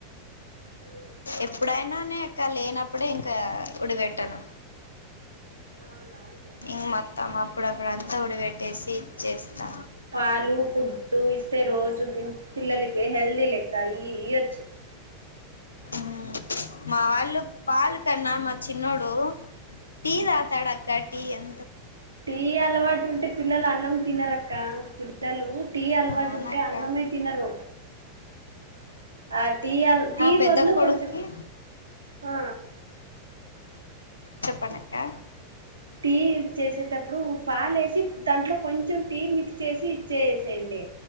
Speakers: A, on the right (about 75°); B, on the left (about 75°).
A: ఉమ్
B: ఎప్పుడైనా నే అక్క లేనప్పుడే ఇంకా ఉడిపెట్టను
A: అవునవునులే అక్క
B: ఇం మొత్తం అప్పుడప్పుడ అంతా ఉడిపెట్టేసి చేస్తా
A: పాలు ఫుడ్డు ఇస్తే రోజు పిల్లలకి హెల్దీ లెక్క ఇయొచ్చు
B: మ్మ్ మా వాళ్ళు పాాల కన్నా మా చిన్నోడు టీీ తాగు తాడు అక్కా టీ ఎం
A: తీ అలవాటు ఉంటే పిల్లలు అన్నం తినరక్క పిల్లలు టీ అలవాటు
B: అవునక్క
A: ఉంటే అన్నమే తినరు ఆ టీ అల్
B: నా
A: టీ
B: పెద్ద
A: బదులు
B: కొడుకి
A: కొంచెం ఆ
B: చెప్పండి అక్కా
A: టీ చేసేటప్పుడు పాాల ఎసి దాంట్లో కొంచెం టీ మిక్స్ ఇచ్చేసి ఇచ్చేసేయండి